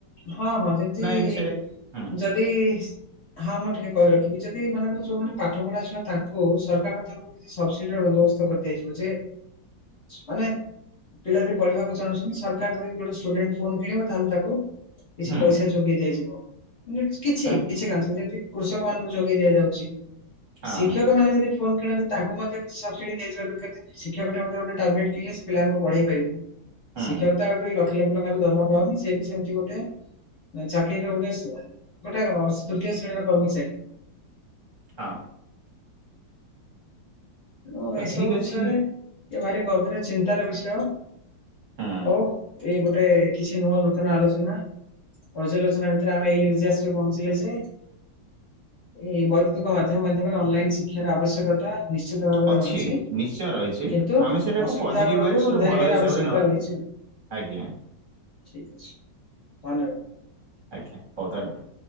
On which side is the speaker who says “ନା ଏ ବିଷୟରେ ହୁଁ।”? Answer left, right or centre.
Right